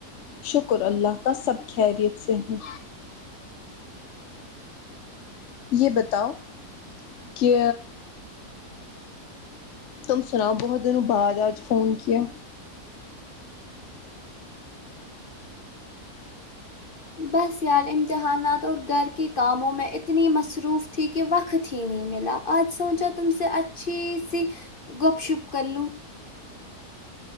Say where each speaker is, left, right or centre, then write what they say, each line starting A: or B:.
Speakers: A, on the left (about 60°); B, on the left (about 35°).
A: شکر اللہ کا سب خیریت سے ہیں یہ بتاؤ کہ تم سناؤ بہت دنوں بعد آج فون کیا
B: بس یار امتحانات اور گھر کے کاموں میں اتنی مصروف تھی کہ وقت ہی نہیں ملا آج سوچا تم سے اچھی سی گپ شپ کر لوں